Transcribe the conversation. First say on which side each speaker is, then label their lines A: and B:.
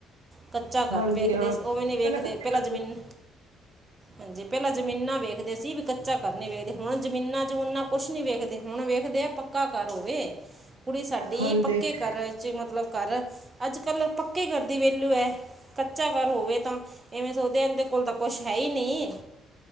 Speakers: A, on the right; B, on the right.
A: ਕੱਚਾ ਘਰ
B: ਹਾਂਜੀ
A: ਵੇਖਦੇ
B: ਹਾਂ
A: ਸੀ
B: ਪਹਿਲਾਂ
A: ਉਵੀ ਨੀ ਵੇਖਦੇ
B: ਹਾਂਜੀ
A: ਪਹਿਲਾਂ ਜ਼ਮੀਨ, ਹਾਂਜੀ ਪਹਿਲਾਂ ਜਮੀਨਾਂ ਵੇਖਦੇ ਸੀ ਬੀ ਕੱਚਾ ਘਰ ਨੀ ਵੇਖਦੇ ਹੁਣ ਜਮੀਨਾ-ਜਮੁਨਾ ਕੁਛ ਨੀ ਵੇਖਦੇ। ਹੁਣ ਵੇਖਦੇ ਆ ਪੱਕਾ ਘਰ ਹੋਵੇ, ਕੁੜੀ ਸਾਡੀ
B: ਹਾਂ
A: ਪੱਕੇ ਘਰ ਰਿ ਕੱਚੇ ਮਤਲਬ ਘਰ, ਅੱਜ ਕੱਲ੍ਹ ਪੱਕੇ ਘਰ ਦੀ ਵੇਲੂ ਐ। ਕੱਚਾ ਘਰ ਹੋਵੇ ਤਾਂ, ਇਵੇਂ ਸੋਚਦੇ ਇਹਦੇ ਕੋਲ ਤਾਂ ਕੁਛ ਹੈ ਹੀ ਨੀ।